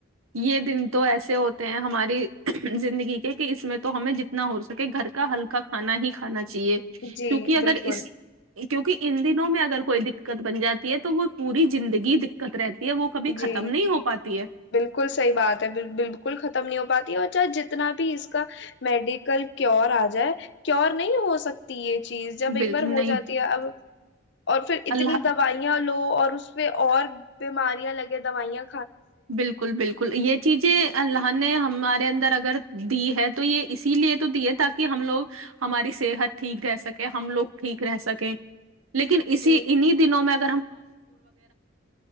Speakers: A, on the right (about 85°); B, on the left (about 55°).
A: یہ دن تو ایسے ہوتے ہیں ہماری زندگی کے کہ اس میں تو ہمیں جتنا ہو سکے گھر کا ہلکا کھانا ہی کھانا چاہے چاہیے
B: جی
A: کیونکہ اگر
B: بالکل
A: اس کیونکہ ان دنوں میں اگر کوئی دقت بن جاتی ہے تو وہ پوری زندگی دقت رہتی یہ وہ کبھی ختم
B: جی
A: نہیں ہو پاتی ہے
B: بالکل صحیح بات ہے بالکل ختم نہیں ہو پاتی اور چاہے جتنا بھی اس کا میڈیکل کیور آ جائے کیور نہیں ہو سکتی یہ تو چیز جب ایک
A: بالکل
B: بار ہو
A: نہیں
B: جاتی ہے اب اور پھر اتنی
A: اللہ
B: دوائیاں لو اور اس پہ اور بیماری لگے دوائییا
A: بالکل بالکل یہ چیزیں اللہ نے ہم ہمارے اندر اگر دی ہے تو یہ اسی لیے تو دی ہے تاکہ ہم لوگ ہماری صحت ٹھیک رہ سکے ہم لوگ ٹھیک رہ سکیں لیکن اسی
B: جی
A: انیں دنوں میں اگر <inaudible> ر